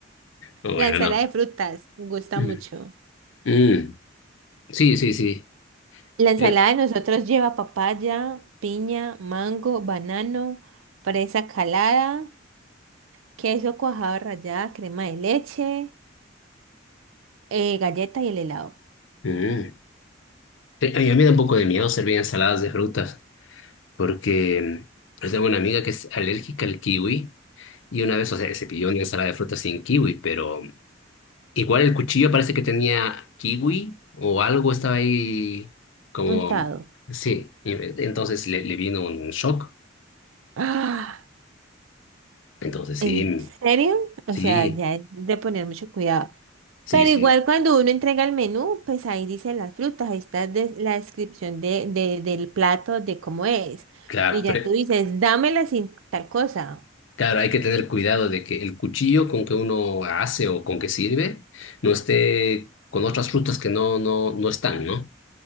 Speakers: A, on the left; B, on the right.
A: Bueno,
B: La ensalada
A: no.
B: de frutas gusta
A: Mm.
B: mucho.
A: Mm. Sí, sí, sí.
B: La ensalada
A: Eh,
B: de nosotros lleva papaya, piña, mango, banano, fresa calada, queso cuajado rallada, crema de leche. Eh, galleta y el helado.
A: mm. Sí, A mí me da un poco de miedo servir ensaladas de frutas, porque mm, yo tengo una amiga que es alérgica al kiwi y una vez, o sea, se pidió una ensalada de frutas sin kiwi, pero Igual el cuchillo parece que tenía kiwi o algo estaba ahí como...
B: Untado.
A: Sí, y entonces le, le vino un shock.
B: ¡Ah!
A: Entonces sí,
B: ¿En serio? O
A: sí,
B: sea, ya es de poner mucho cuidado.
A: sí,
B: Pero
A: sí.
B: igual cuando uno entrega el menú, pues ahí dice las frutas, ahí está de- la descripción de, de- del plato, de cómo es.
A: Claro,
B: Y ya
A: pero-
B: tú dices, dámela sin tal cosa.
A: claro, hay que tener cuidado de que el cuchillo con que uno hace o con que sirve no esté con otras frutas que no, no, no están, ¿no?